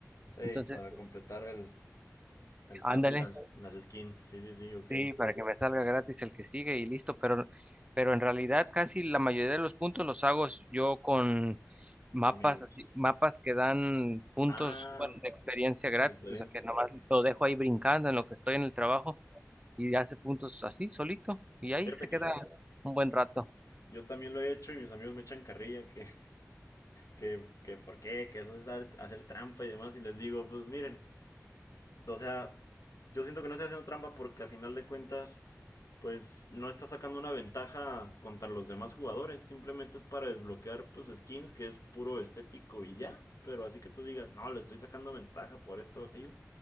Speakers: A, on the left (about 85°); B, on the right (about 20°).
A: Sí,
B: Entonces,
A: para completar el, el pase
B: ándale.
A: y las, las skins. Sí, sí, sí, ok.
B: Sí, para que me salga gratis el que sigue y listo, pero, pero en realidad casi la mayoría de los puntos los hago s- yo con mapas,
A: Son amigos.
B: así- mapas que dan puntos,
A: Ah,
B: bueno, de experiencia gratis,
A: experiencia.
B: o sea que nomás lo dejo ahí brincando en lo que estoy en el trabajo y hace puntos así solito y ahí
A: Fíjate
B: se
A: que
B: queda un buen rato.
A: Yo también lo he hecho y mis amigos me echan carrilla que, que, que por qué, que eso es hacer trampa y demás. Y les digo, pues miren, o sea, yo siento que no estoy haciendo trampa porque a final de cuentas, pues no está sacando una ventaja contra los demás jugadores. Simplemente es para desbloquear, pues, skins que es puro estético y ya. Pero así que tú digas, no, le estoy sacando ventaja por esto o aquello